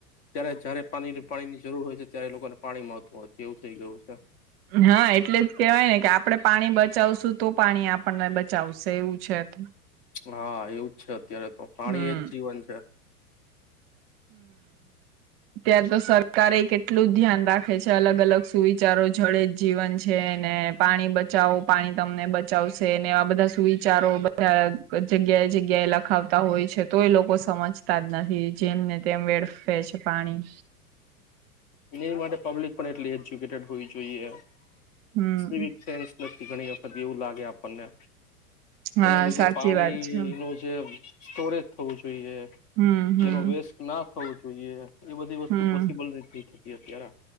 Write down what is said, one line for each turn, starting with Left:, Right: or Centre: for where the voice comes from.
Left: ત્યારે જયારે પાણી પાણી ની જરૂર હોય છે. ત્યારે લોકોને પાણી મહત્વ કેવુંક થઇ ગયું છે.
Right: હા, એટલે જ કેવાય ને કે આપડે પાણી બચાવશું તો પાણી આપણને બચાવશે એવું છે. ત
Left: હા, એવું છે. અત્યારે તો પાણી
Right: હમ
Left: એ જ જીવન છે.
Right: ત્યારે તો સરકારે કેટલું ધ્યાન રાખે છે. અલગ-અલગ સુવિચારો જડે જ જીવન છે ને પાણી બચાવો પાણી તમને બચાવશે ને એવા બધા સુવિચારો બધા જગ્યાએ જગ્યાએ લખ ખાવતા હોય છે. તો એ લોકો સમજતા જ નથી જેમને તેમ વેડફે છે પાણી.
Left: <unintelligible> માટે પબ્લિક પણ એટલી એજ્યુકેટેડ હોવી જોઈએ. <inaudible>
Right: હમ
Left: <unintelligible> ઘણી વખત એવું લાગે આપણને.
Right: હા
Left: એને લીધે
Right: સાચી
Left: પાણી
Right: વાત છે
Left: નું જે સ્ટોરેજ થવું જો ઈએ.
Right: હમ હમ
Left: જેનો વેસ્ટ ના થવું જોઈએ. એ બધી વસ્તુ
Right: હમ
Left: પોસિબલ નથી. અત્યારે